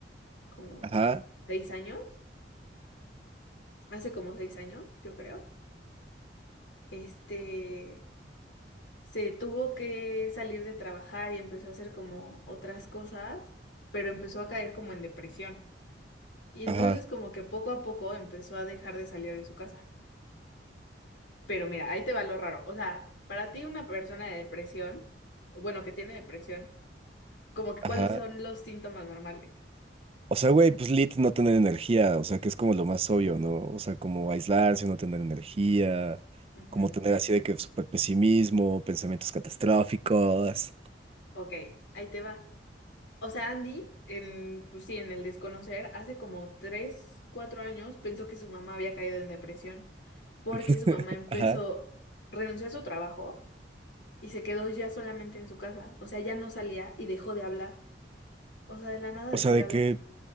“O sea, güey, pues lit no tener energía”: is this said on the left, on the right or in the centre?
Right